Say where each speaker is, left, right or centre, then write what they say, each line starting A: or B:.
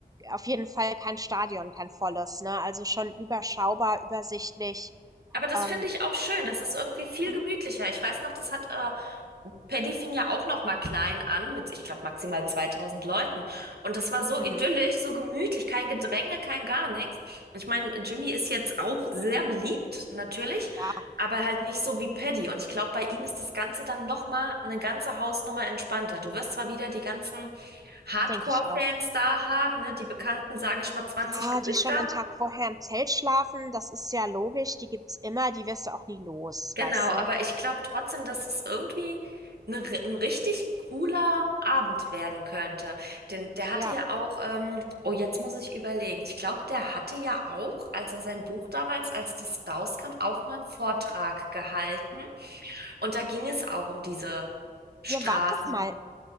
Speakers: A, on the right; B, on the right.
A: auf jeden Fall kein Stadion, kein volles, ne? Also, schon überschaubar, übersichtlich.
B: Aber das
A: Ähm,
B: finde ich auch schön. Das ist irgendwie viel
A: mhm,
B: gemütlicher. Ich weiß noch, das hat äh, Paddy fing ja auch noch mal klein an mit, ich glaube, maximal 2000 Leuten. Und das war so
A: mhm,
B: idyllisch, so gemütlich, kein Gedränge, kein gar nichts. Ich meine, Jimmy ist jetzt auch sehr beliebt, natürlich,
A: ja,
B: aber halt nicht so wie Paddy. Und ich glaube, bei ihm ist das Ganze dann noch mal eine ganze Hausnummer entspannter. Du wirst zwar wieder die ganzen Hardcore-Fans
A: denke ich auch.
B: da haben, ne, die bekannten, sage ich mal, zwanzig
A: Ja,
B: Gesichter,
A: die schon einen Tag vorher im Zelt schlafen, das ist ja logisch, die gibt's immer, die wirst du auch nie los,
B: Genau,
A: weißt
B: aber
A: du?
B: ich glaube trotzdem, dass es irgendwie ein, ri- ein richtig cooler Abend werden könnte. Denn der hatte
A: Ja,
B: ja auch, ähm, oh, jetzt muss ich überlegen. Ich glaube, der hatte ja auch, als er sein Buch damals, als das rauskam, auch mal einen Vortrag
A: mhm.
B: gehalten. Und da ging es auch um diese Straßen.
A: Ihr wart doch mal